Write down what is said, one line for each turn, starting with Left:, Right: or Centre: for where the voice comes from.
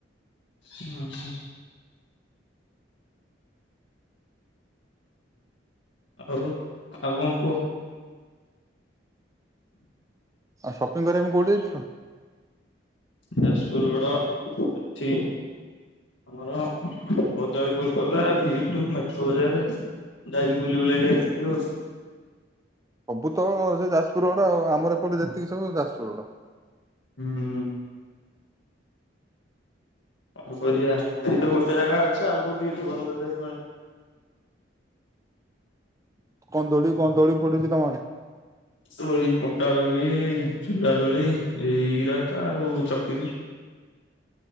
Left: ହୁଁ ହୁଁ। ଆଉ ଆଉ କଣ କୁହ?
Right: ଆଉ ସପିଙ୍ଗ କରିବାପାଇଁ କୋଉଠି ଯାଇଥି
Left: ଯାଜପୁର ରୋଡ ଏଠି ଆମର ବଜାର କୋଲ ଭି ଟୁ ମେଟ୍ରୋ ବଜାର ଯାଇକି ବୁଲିବୁଲି ଆସିଥିଲୁ।
Right: ସବୁ ସେ ଯାଜପୁର ରୋଡ ତ ଆମର ଏପଟେ ଯେତିକ ସବୁ ଦାସ ଓଃ।
Left: ହୁଁ କଣ କରିବା ସେଇ ତ ଗୋଟିଏ ଜାଗା ଅଛି ଆଉ କୋଉଠି ଭଲ ଦେରେ
Right: କନ୍ଦଳିବୁ। କଣ ଦୋଳି ପଡିଛି ତମ ଆଡେ
Left: ଦୋଳି ପଟା ଦୋଳି ଝୁଲା ଦୋଳି ଏଇଗୁରକା ଆଉ ଚକ୍ରୀ